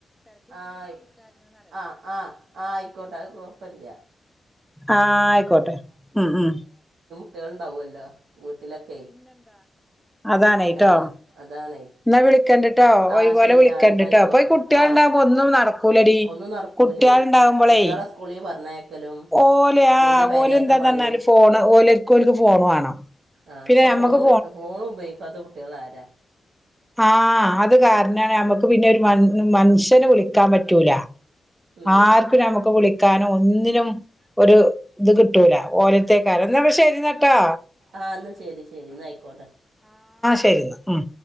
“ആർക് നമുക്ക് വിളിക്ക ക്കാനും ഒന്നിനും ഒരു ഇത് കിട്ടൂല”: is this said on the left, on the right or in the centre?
Centre